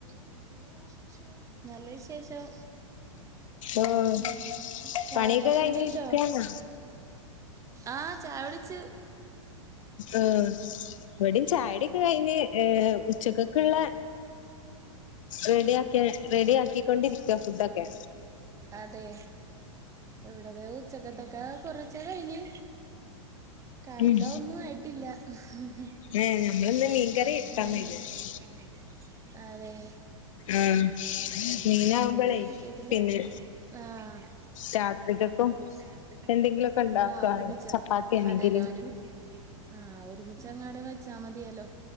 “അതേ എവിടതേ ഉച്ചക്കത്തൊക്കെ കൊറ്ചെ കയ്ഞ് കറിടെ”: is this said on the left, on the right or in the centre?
Right